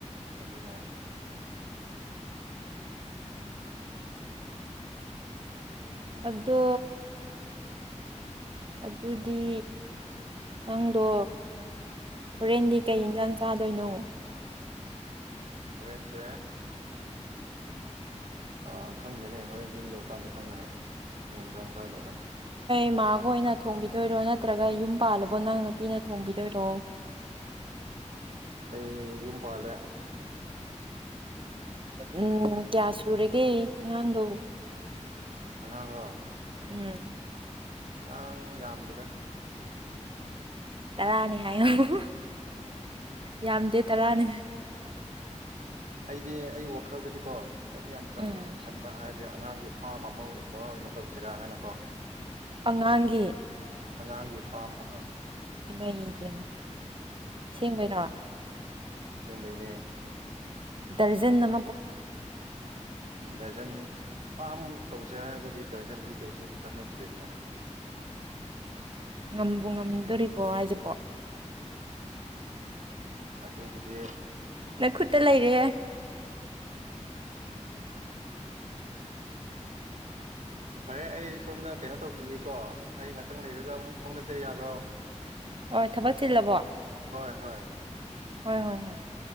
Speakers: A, on the right; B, on the right.
A: ꯑꯗꯨꯅꯦ
B: ꯑꯗꯣ ꯑꯗꯨꯗꯤ ꯅꯪꯗꯣ ꯍꯣꯔꯦꯟꯗꯤ ꯀꯩ ꯏꯟꯖꯥꯡ ꯆꯥꯗꯣꯏꯅꯣ
A: ꯍꯧꯔꯦꯟꯁꯦ ꯑ ꯈꯪꯗꯦꯅꯦ ꯍꯣꯔꯦꯟ ꯁꯨꯝ ꯌꯧꯀꯥꯟꯗ ꯈꯪꯉꯅꯤ ꯑꯦꯛꯖꯥꯝ ꯆꯂꯅ
B: ꯏꯃꯥꯒ ꯑꯣꯏꯅ ꯊꯣꯡꯕꯤꯗꯣꯏꯔꯣ ꯅꯠꯇ꯭ꯔꯒ ꯌꯨꯝ ꯄꯥꯜꯂꯕꯣ ꯅꯪ ꯅꯨꯄꯤꯅ ꯊꯣꯡꯕꯤꯗꯣꯏꯔꯣ
A: ꯑꯩ ꯌꯨꯝ ꯄꯥꯜꯂꯦ
B: ꯎꯝ ꯀꯌꯥ ꯁꯨꯔꯒꯦ ꯑꯉꯥꯡꯗꯣ
A: ꯑꯉꯥꯡꯔꯣ
B: ꯎꯝ
A: ꯑꯉꯥꯡ ꯌꯥꯝꯗꯦꯗ
B: ꯇꯔꯥꯑꯅꯤ ꯍꯥꯏꯌꯨ ꯌꯥꯝꯗꯦ ꯇꯔꯥꯅꯤ
A: ꯑꯩꯗꯤꯦ ꯑꯩ ꯋꯥ ꯈꯜꯗꯗꯤ ꯀꯣ ꯑꯩꯗꯤ ꯌꯥꯝ ꯆꯝꯅ
B: ꯎꯝ
A: ꯁꯨꯝ ꯈꯟꯕ ꯍꯥꯏ ꯍꯥꯏ ꯑꯉꯥꯡꯒꯤ ꯐꯥꯝ ꯑꯃꯒꯨꯝꯕ ꯑꯣꯏꯅ ꯇꯧꯁꯤꯔꯥ ꯍꯥꯏꯅꯀꯣ
B: ꯑꯉꯥꯡꯒꯤ
A: ꯑꯉꯥꯡꯒꯤ ꯐꯥꯝ ꯍ
B: ꯏꯃꯩ ꯏꯕꯦꯝꯃ ꯁꯦꯝꯦꯡꯕꯩꯔꯣ
A: ꯆꯤꯡꯕꯩꯅꯦ
B: ꯗꯔꯖꯟ ꯅ
A: ꯗꯖꯟ ꯐꯥꯝ ꯇꯧꯁꯦ ꯍꯥꯏꯔꯒꯗꯤ ꯗꯔꯖꯟꯗꯤ ꯀꯩꯁꯨ ꯀꯥꯟꯅꯗ꯭ꯔꯦꯗꯅ
B: ꯉꯝꯕꯨ ꯉꯝꯗꯣꯔꯤꯕꯣ ꯍꯥꯏꯁꯤꯕꯣ
A: ꯑꯗꯨꯕꯨꯗꯤ
B: ꯅ ꯈꯨꯠꯇ ꯂꯩꯔꯦ
A: ꯐꯔꯦ ꯑꯩ ꯁꯣꯝꯅ ꯀꯩꯅꯣ ꯇꯧꯈꯤꯒꯦꯀꯣ ꯑꯩ ꯉꯥꯛꯇꯪ ꯂꯩꯔꯒ ꯑꯃꯨꯛ ꯐꯥꯎꯅꯁ ꯌꯥꯕ꯭ꯔꯣ
B: ꯍ ꯊꯕꯛ ꯆꯤꯜꯂꯕꯣ
A: ꯍꯣꯏ ꯍꯣꯏ
B: ꯍꯣꯏ ꯍꯣꯏ ꯍꯣꯏ